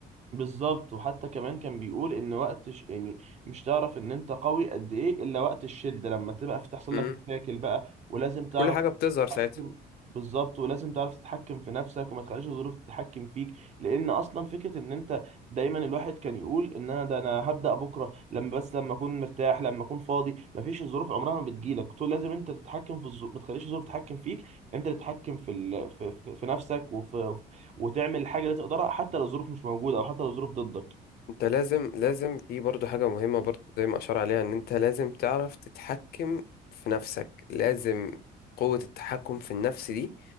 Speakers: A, on the right; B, on the left.
A: بالظبط وحتى كمان كان بيقول ان وقت ش... يعني مش تعرف ان انت قوي قد ايه الا وقت الشده لما تبقى في تحصل
B: امم
A: لك مشاكل بقى ولازم تعرف
B: كل حاجه بتظهر ساعتها
A: تتحكم بالظبط ولازم تعرف تتحكم في نفسك وما تخليش الظروف تتحكم فيك لان اصلا فكره ان انت دايما الواحد كان يقول ان انا ده انا هبدا بكره لما بس لما اكون مرتاح لما اكون فاضي مفيش الظروف عمرها ما بتجيلك طول لازم انت تتحكم في الظروف ما تخليش الظروف تتحكم فيك انت اللي تتحكم في ال... في... في في نفسك وفي وتعمل الحاجه اللي تقدرها حتى لو الظروف مش موجوده او حتى لو الظروف ضدك
B: انت لازم لازم في برضو حاجة مهمة برضو زي ما اشار عليها ان انت لازم تعرف تتحكم في نفسك لازم قوة التحكم في النفس دي